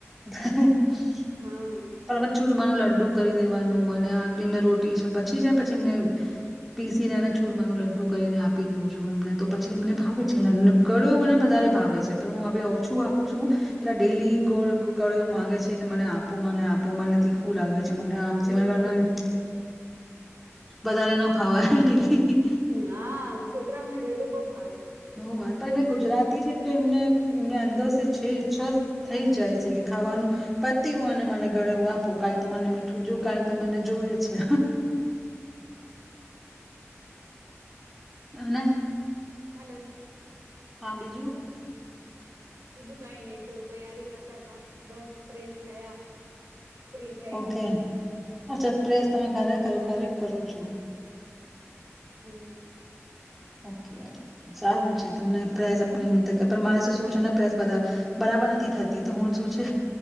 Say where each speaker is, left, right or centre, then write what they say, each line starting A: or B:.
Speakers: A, in the centre; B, on the right.
A: <unintelligible>
B: હા
A: ચૂરમાનું લડ્ડુ કરી દેવાનું અને એમને રોટી છે પછી જાય પછી એમને પીસીને અને ચૂરમાનું લડ્ડુ કરીને આપી દઉં છું એમને તો પછી એમને ભાવે છે લડુને ગળ્યું અને વધારે ભાવે છે પણ હું ઓછું આપું છું કે ડેલી ગોળ ગળ એવું માંગે છે કે મને આપો મને આપો મને ખું લાગે છે મને આમથી
B: હમ
A: આમ વધારે નો ખાવાય. ડેલી
B: હા છોકરાઓને ગયડું બવ ભાવે.
A: બવ બાર પણ એ ગુજરાતી છે તો એમને એમને અંદર છે ઈચ્છા થઈ જાય છે કે ખાવાનું પતિ હોય અને મને ગળે એવું આપો કઈ તો મને મીઠું જો કઈ તો મને જોવે છે. ના.
B: હાલો.
A: હા બીજું?
B: બીજું કઈ નઈ જો તૈયારી કરતા તા બસ ફ્રેશ થયા હવે. ફ્રી થઈને
A: ઓકે અચ્છા
B: હમ
A: પ્રેસ તમે ઘરે કરો? ફારીક કરું છું.
B: હમ્મ.
A: ઓકે સારું છે. તમને પ્રેસ આપવી રતે મારે શું છે ને પ્રેસ બધા બરાબર નથી થતી તો હું શું છે